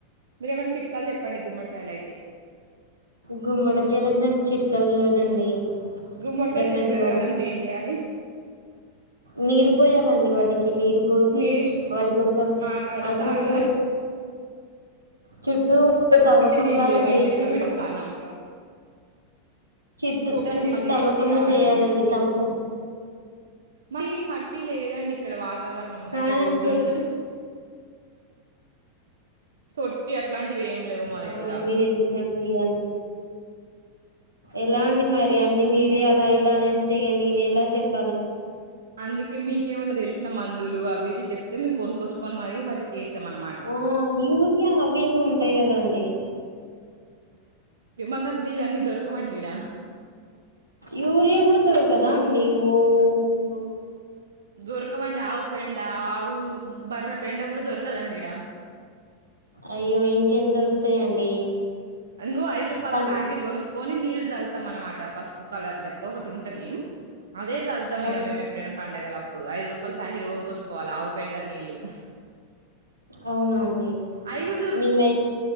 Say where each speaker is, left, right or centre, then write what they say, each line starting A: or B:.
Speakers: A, on the right; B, on the right.
A: మీరేమన్ చిట్ లెక్కలు చెప్పండి గుమ్మడికాయలు
B: గుమ్మడికలక్ తినాక్ చిటికల్ లేదండి.
A: గుమ్మడికాయ
B: గట్లాంటి
A: చెట్టు పెరగాలంటే
B: వాటికి
A: ఏం చేయాలి.
B: నీరు పోయాలండి వాటికి నీరు పోసి
A: నీళ్ళు
B: వాటికి ఒక
A: మాకాడ
B: ఆ
A: తాగడానికి
B: చుట్టూ చుట్టూ తవ్వకం
A: మీకు నీళ్ళు
B: లాగా
A: లేవ
B: చేసి
A: అండి అవుతానుంక
B: చుట్టు చుట్టూ
A: అండి మాది
B: తవ్వకంలా
A: మట్టి కాదండి
B: చేయాలండి తవ్వకం
A: మళ్ళీ మట్టి లేదండి ఇక్కడ వాకి వాతావరణం
B: కాదండి
A: అంటే రోడ్డు
B: చెప్
A: ఉంటుంది తొట్టి అట్లాంటివి ఏమి లేవు మా
B: అవునా
A: దగ్గర.
B: మీరు ఎందుకండి అన్- ఎలా అండి మరి అన్ని మీరే అలా ఇలా అనేస్తే ఇగ నేను ఎలా చెప్
A: అందుకే మీకేమన్నా తెలిసినా మందు మందులు అవి ఇవి చెప్తే మేము కొనుకొచ్చుకని మరి వాటికి ఏత్తాం అనమాట
B: ఓ యూరియా అవి ఇవి ఉంటాయి కదా అండి
A: ఇ మా కాసలు ఇవన్నీ దొరకవండి ఈడ
B: యూరియా కూడతురు కదా అండి ఓ
A: దుర్కవాండ అవు పెండ్ ఇడా ఆవు బర్రె పెండ కూడా దొరకదండి ఇడా
B: అయ్యో ఇంకేం దొరుకుతాయండి.
A: ఇంగో ఐదు రూపాయాల
B: పన్
A: ప్యాకెట్ కొనుక్ కొని నీళ్ళు చల్తాం అనమాట పసుపు కలర్ లెక్క ఒకటి ఉంటది. అదే చల్తాం
B: అవును.
A: ఇక మేము ఎప్పుడైనా పండగల ప్పుడు ఐదు రూపాయలు ప్యాకెట్ కొనుక్కొచ్చుకోవాల ఆవు పెండ నీళ్ళు
B: అవునా అండి
A: అయి గూడా
B: మీమై